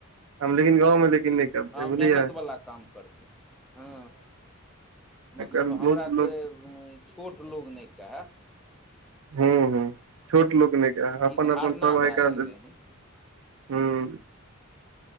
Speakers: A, on the right (about 70°); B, in the centre.
A: हम लेकिन गाँंव मे लेकिन नहि करतै
B: हँ मेहनतवला
A: बुझलियै
B: काम करतै हँ
A: आइ
B: मतलब
A: काल्हि
B: हमरा
A: बहुत
B: कोइ
A: लोक
B: छोट लोक नहि कहे
A: ह्मँ ह्मँ छोट लोक नहि केहे अपन
B: ई धारणा
A: अपन सभ
B: भए
A: आइ काल्हि
B: गेलै हन
A: हूँ